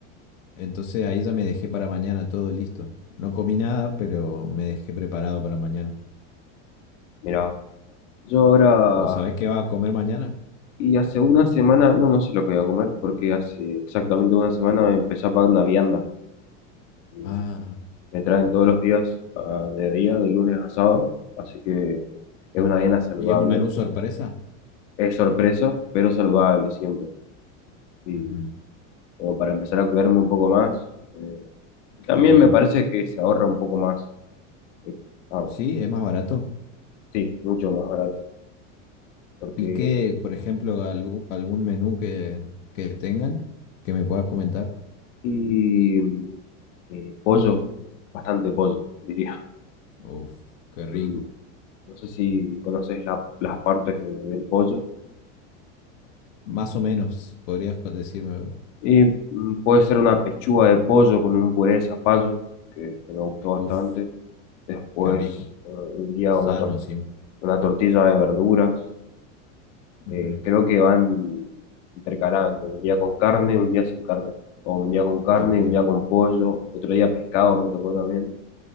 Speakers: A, on the left; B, on the left.
A: Entonces ahí ya me dejé para mañana todo listo. No comí nada, pero me dejé preparado para mañana.
B: Mira, yo ahora,
A: ¿Vos sabés qué va a comer mañana?
B: y hace una semana, no, no sé lo que voy a comer, porque hace exactamente una semana empecé a pagar una vianda. Y
A: Ah,
B: me traen todos los días a mediodía, de lunes a sábado, así que es una vianda saludable.
A: ¿y es un menú sorpresa?
B: Es sorpresa, pero saludable siempre. Y
A: Ujú,
B: como para empezar a cuidarme un poco más. eh, Y También
A: Qué bueno.
B: me parece que se ahorra un poco más. eh, ah,
A: Sí, es más barato.
B: sí, mucho más barato. Porque.
A: ¿Y qué, por ejemplo, algú- algún menú que, que tengan que me puedas comentar?
B: Y. eh, pollo, bastante pollo, diría.
A: Uf, qué rico.
B: Mm, No sé si conoces la- las partes de- del pollo.
A: Más o menos, podrías co- decirme, a ver.
B: Y mm, puede ser una pechuga de pollo con un puré de zapallo, que, que me gustó
A: Uf,
B: bastante. Después,
A: qué rico.
B: eh, un día
A: Sano
B: una, tor-
A: encima.
B: una tortilla de verduras,
A: Ujú,
B: Eh, creo que van intercalando, un día con carne, un día sin carne, o un día con carne
A: Ok,
B: y un día con pollo, otro día pescado me tocó también.